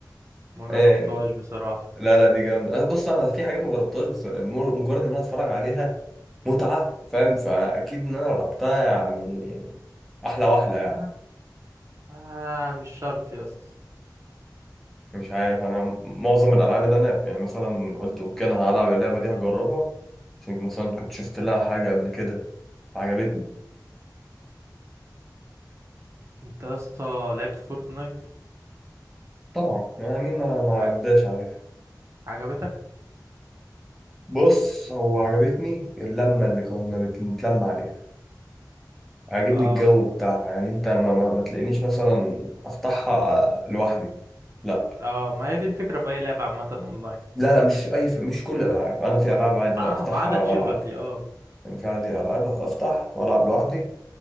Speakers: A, on the right; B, in the centre.
A: ما
B: يعني
A: جربتهاش بصراحه
B: لا لا دي جامدة آه، بص انا في حاجات ما جربتهاش بس مر- مجرد ان انا اتفرج عليها متعة فاهم فاكيد ان انا لو لعبتها يعني احلى واحلى يعني
A: آه. آه مش شرط يا اسطى
B: مش عارف انا معظم الالعاب اللي انا يعني مثلا قلت اوكي انا هلعب اللعبه دي هجربها عشان مثلا كنت شفت لها حاجه قبل كده عجبتني
A: انت يا اسطى لعبت فورتنايت
B: طبعا يعني مين ما ما
A: عج...
B: عداش عليها
A: عجبتك
B: بص هو عجبتني اللمه اللي كنا بنتلم عليها عجبني
A: اه
B: الجو بتاعها يعني انت ما, ما, ما تلاقينيش مثلا افتحها لوحدي لا
A: اه ما هي دي الفكره في اي لعبه عامه اونلاين
B: لا لا مش اي ف... مش كل الالعاب انا في العاب عادي
A: اه
B: لا افتحها
A: ما عدا تشيفرلي
B: والعب
A: اه
B: يعني في عادي العاب افتح والعب لوحدي